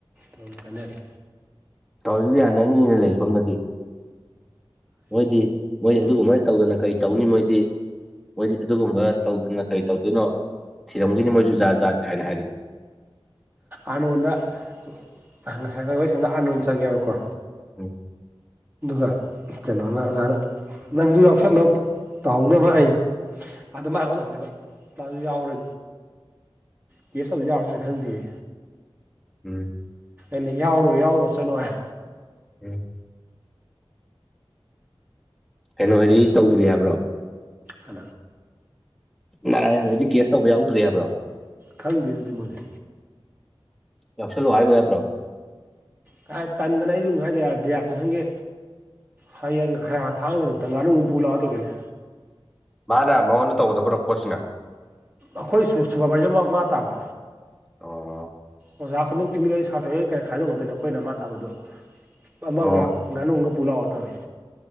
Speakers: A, on the right (about 20°); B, in the centre.
A: ꯑꯗꯨꯝ ꯊꯅꯤꯔ
B: ꯇꯁꯨ ꯌꯥꯅꯅꯤꯅ ꯂꯩ ꯁꯣꯅꯗꯤ ꯃꯣꯏꯗꯤ ꯃꯣꯏ ꯑꯗꯨꯒꯨꯝꯕꯅ ꯇꯧꯗꯅ ꯀꯔꯤ ꯇꯧꯅꯤ ꯃꯣꯏꯗꯤ ꯃꯣꯏꯗꯤ ꯑꯗꯨꯒꯨꯝꯕ ꯇꯧꯗꯅ ꯀꯔꯤ ꯇꯧꯗꯣꯏꯅꯣ ꯊꯤꯔꯝꯈꯤꯅꯤ ꯃꯣꯏꯁꯨ ꯖꯥꯠ ꯖꯥꯠ ꯀꯥꯏꯅ ꯍꯥꯏꯔꯛꯏꯦ
A: ꯑꯥꯅꯣꯟꯗ ꯉꯁꯥꯏ ꯑꯩꯈꯣꯏ ꯍꯣꯏ ꯁꯣꯝꯗ ꯑꯥꯅꯣꯟꯗ ꯆꯪꯉꯦꯕꯀꯣ
B: ꯎꯝ
A: ꯍꯥ ꯀꯩꯅꯣꯅ ꯑꯣꯖꯥꯗ ꯅꯪꯁꯨ ꯌꯥꯎꯁꯜꯂꯣ ꯇꯧꯍꯧꯅꯕ ꯑꯩ ꯑꯗ ꯃꯥ ꯑꯣꯅ ꯍꯧꯧꯔꯕ ꯌꯥꯎꯔꯦ ꯀꯒꯦꯁ ꯇꯧ ꯌꯥꯎꯔꯗ꯭ꯔꯥ ꯈꯪꯗꯌꯦ
B: ꯎꯝ
A: ꯩꯅ ꯌꯥꯎꯔꯣ ꯌꯥꯎꯔꯣ ꯆꯠꯂꯣ ꯍꯥꯏ
B: ꯎꯝ ꯀꯩꯅꯣ ꯍꯥꯏꯗꯤ ꯇꯧꯗ꯭ꯔꯤ ꯍꯥꯏꯕ꯭ꯔꯣ
A: ꯀ
B: ꯅꯔꯥ ꯍꯥꯏꯗꯤ ꯀꯦꯁ ꯇꯧꯕ ꯌꯥꯎꯗ꯭ꯦ ꯍꯥꯏꯕ꯭ꯔꯣ
A: ꯈꯪꯗꯦ ꯑꯗꯨꯗꯤ ꯃꯣꯏꯗꯤ
B: ꯌꯥꯎꯁꯜꯂꯣ ꯍꯥꯏꯒꯣ ꯌꯥꯗ꯭ꯔꯣ
A: ꯀꯥꯏ ꯀꯥꯟꯗꯅꯦ ꯗꯤ ꯌꯥꯇ꯭ꯔꯦ ꯍꯪꯒꯦ ꯍꯌꯦꯡ ꯊꯥꯡꯗ ꯅꯨꯃꯤꯊꯪ ꯉꯅꯨꯝ ꯄꯨ ꯂꯥꯛꯑꯒ ꯇꯧꯁꯤꯜꯂꯦ
B: ꯃꯥꯅ ꯃꯉꯣꯟꯗ ꯇꯧꯒꯗꯕ꯭ꯔꯣ ꯄꯣꯠꯁꯤꯅ
A: ꯑꯩꯈꯣꯏ ꯁꯨꯄꯔꯚꯥꯏꯖꯔ ꯃꯥ ꯇꯥꯕ
B: ꯑꯣ
A: ꯑꯣꯖꯥ ꯈꯨꯗꯤꯡꯃꯛꯀꯤ ꯃꯤꯒ ꯁꯥꯇ꯭ꯔ ꯀꯔ ꯈꯥꯏꯗꯣꯛꯅꯗꯣꯏꯅꯤ ꯑꯩꯈꯣꯏꯅ ꯃꯥ ꯇꯥꯕꯗ ꯑꯃꯒ
B: ꯑꯣ
A: ꯉꯥꯅꯨꯒ ꯄꯨꯂꯥꯎ ꯑ ꯇꯔꯤꯦ